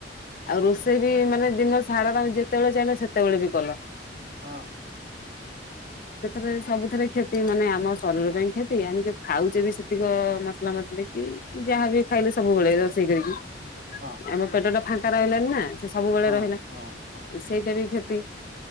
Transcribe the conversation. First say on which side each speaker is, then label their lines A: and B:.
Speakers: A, on the left; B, on the right.
A: ଆଉ ରୋଷେଇ ବି ମାନେ ଦିନର ସାରା ଯେତେବେଳେ ଚାହିଁଲ ସେତେବେଳେ ବି କଲ।
B: ହଁ।
A: ସେଥିରେ ସବୁଥିରେ କ୍ଷତି ମାନେ ଆମ ଶରୀର ପାଇଁ କ୍ଷତି ଆମେ ଯୋଉ ଖାଉଛେ ବି ସେ ଧିକ ମସଲା ମସଲି କି ଯାହାବି ଖାଇଲେ ସବୁବେଳେ ରୋଷେଇ କରିକି
B: ହଁ।
A: ଆମ ପେଟ ଟା ଫାଙ୍କା ରହିଲାନି ନା ସେ ସବୁବେଳେ
B: ହଁ
A: ରହିଲା
B: ହଁ ହଁ
A: ସେଇଟା ବି କ୍ଷତି